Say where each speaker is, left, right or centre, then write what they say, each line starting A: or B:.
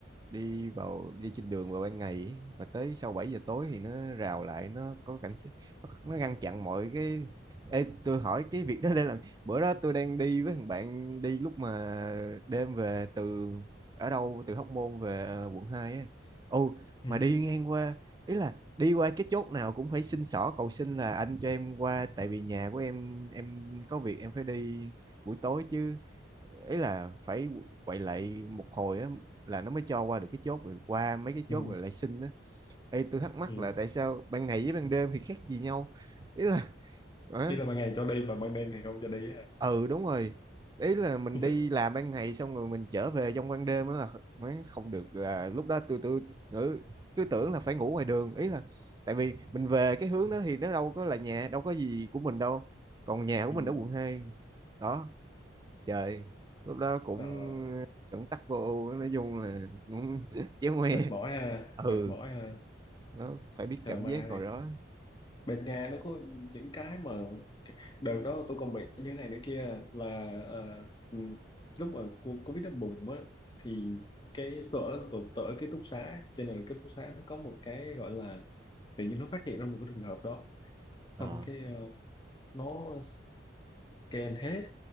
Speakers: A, on the right; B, on the left.
A: đi vào đi trên đường vào ban ngày ấy, và tới sau 7 giờ tối thì nó rào lại nó có cảnh sát nó, nó ngăn chặn mọi cái Ê, tôi hỏi cái việc đó để làm bữa đó tôi đang đi với thằng bạn đi lúc mà đêm về từ ở đâu từ Hóc Môn về ờ, quận 2 ấy. Ồ
B: ừ
A: mà đi ngang qua ý là đi qua cái chốt nào cũng phải xin xỏ cầu xin là anh cho em qua tại vì nhà của em em có việc em phải đi buổi tối chứ ý là phải quậy lại một hồi á là nó mới cho qua được cái chốt rồi qua mấy cái chốt
B: ừ
A: rồi lại xin á Ê, tôi thắc mắc
B: ừ
A: là tại sao ban ngày với ban đêm thì khác gì nhau ý là ờ,
B: ý là ban ngày cho đi và ban đêm thì không cho đi ha
A: ừ đúng rồi ý là mình
B: <laughs>
A: đi làm ban ngày xong rồi mình trở về trong ban đêm đó là mới không được là lúc đó tôi tôi ngữ cứ tưởng là phải ngủ ngoài đường ý là tại vì mình về cái hướng đó thì nó đâu có là nhà đâu có gì của mình đâu còn nhà của
B: ừ
A: mình ở quận 2 đó trời lúc đó cũng
B: rồi
A: ờ, cẩn tắc vô ưu nói chung là cũng <laughs> chéo ngoe
B: mệt mỏi ha
A: ừ
B: mệt mỏi ha
A: nó phải biết
B: thờ
A: cảm
B: ma
A: giác hồi
B: thì
A: đó
B: bên Nga nó có những cái mà đợt đó tôi còn bị như thế này nữa kia là ờ, ừ, lúc mà cu- Covid nó bùng á thì cái tôi ở tôi, tôi ở ký túc xá cho nên là ký túc xá nó có một cái gọi là tự nhiên nó phát hiện ra một cái trường hợp đó xong
A: ờ
B: cái ờ, nó scan hết